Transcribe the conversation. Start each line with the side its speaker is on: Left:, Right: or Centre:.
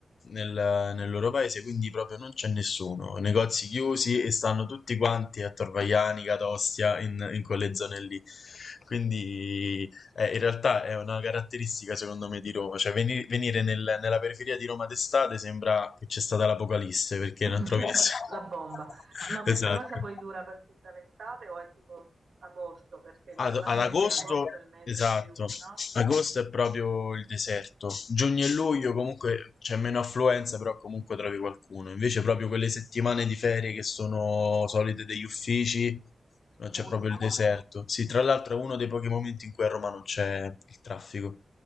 Left: nel, nel loro paese, quindi proprio non c'è nessuno, negozi chiusi e stanno tutti quanti a Torvaiani, Catostia, in, in quelle zone lì. Quindi eh, in realtà è una caratteristica secondo me di Roma, cioè veni- venire nel- nella periferia di Roma d'estate sembra che c'è stata l'apocalisse perché
Right: <laughs>
Left: non trovi nessuno.
Right: Cioè, La bomba.
Left: <laughs>
Right: Ma questa
Left: Esatto.
Right: cosa poi dura per tutta l'estate o è tipo agosto? Perché
Left: Ad,
Right: normalmente
Left: ad agosto,
Right: agosto è il mese
Left: esatto,
Right: più, no?
Left: agosto è proprio il deserto. Giugno e luglio comunque c'è meno affluenza, però comunque trovi qualcuno. Invece proprio quelle settimane di ferie che sono solite degli uffici, eh, c'è
Right: Usi.
Left: proprio il deserto. Sì, tra l'altro è uno dei pochi momenti in cui a Roma non c'è il traffico,